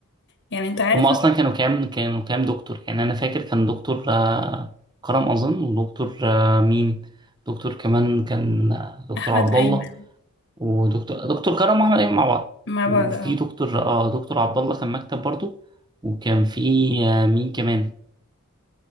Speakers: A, on the left; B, on the right.
A: يعني انت عارف
B: هم اصلا
A: ان
B: كانوا كام كانوا كام دكتور يعني انا فاكر كان دكتور آه، كرم اظن ودكتور آه، مين دكتور كمان كان آه، دكتور
A: احمد
B: عبد
A: ايمن
B: الله ودكتور دكتور كرم واحمد ايمن مع بعض
A: مع
B: وفي
A: بعض اه
B: دكتور اه دكتور عبد الله كان مكتب برضو وكان في آه، مين كمان